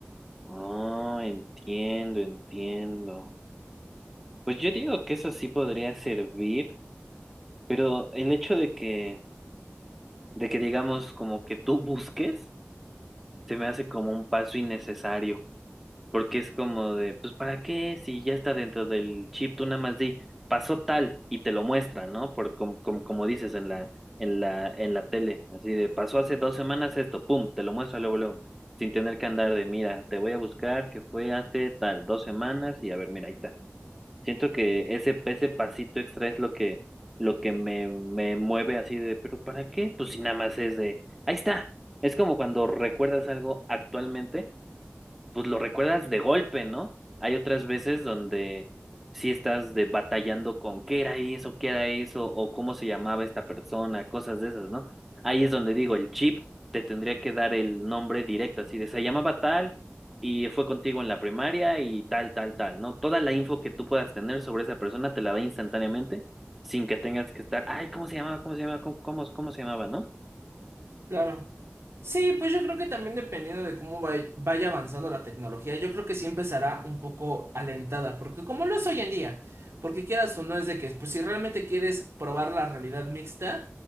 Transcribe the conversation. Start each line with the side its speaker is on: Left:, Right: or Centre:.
Centre: Ah, entiendo, entiendo. Pues yo digo que eso sí podría servir, pero el hecho de que, de que digamos como que tú busques, se me hace como un paso innecesario. Porque es como de, pues, ¿para qué? Si ya está dentro del chip, tú nada más di, pasó tal y te lo muestra, ¿no? Por, como, como, como dices en la, en la, en la tele, así de, pasó hace dos semanas esto, pum, te lo muestra luego, luego, sin tener que andar de, mira, te voy a buscar que fue hace tal, dos semanas y a ver, mira, ahí está. Siento que ese, ese pasito extra es lo que, lo que me, me mueve así de, pero ¿para qué? Pues si nada más es de, ahí está. Es como cuando recuerdas algo actualmente pues lo recuerdas de golpe, ¿no? Hay otras veces donde sí estás de batallando con qué era eso, qué era eso, o cómo se llamaba esta persona, cosas de esas, ¿no? Ahí es donde digo, el chip te tendría que dar el nombre directo, así de se llamaba tal y fue contigo en la primaria y tal, tal, tal, ¿no? Toda la info que tú puedas tener sobre esa persona te la da instantáneamente sin que tengas que estar, ay, ¿cómo se llamaba? ¿Cómo se llamaba? ¿Cómo, cómo, cómo se llamaba? ¿No?
Right: Claro. Sí, pues yo creo que también dependiendo de cómo vay- vaya avanzando la tecnología, yo creo que sí empezará un poco alentada, porque como lo es hoy en día, porque quieras o no es de que, pues si realmente quieres probar la realidad mixta,